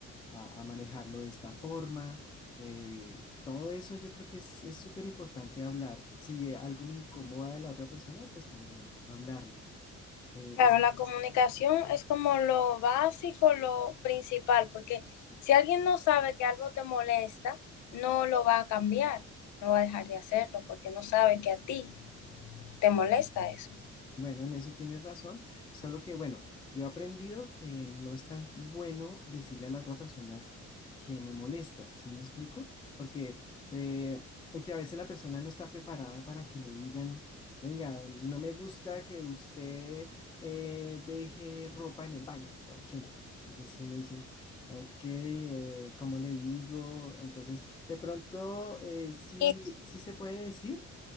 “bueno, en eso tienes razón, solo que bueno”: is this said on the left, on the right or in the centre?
Left